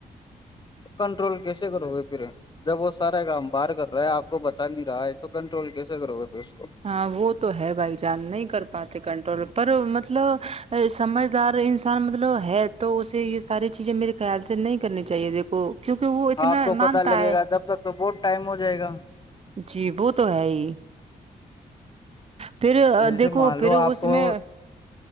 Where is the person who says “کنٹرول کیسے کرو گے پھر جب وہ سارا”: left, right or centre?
Left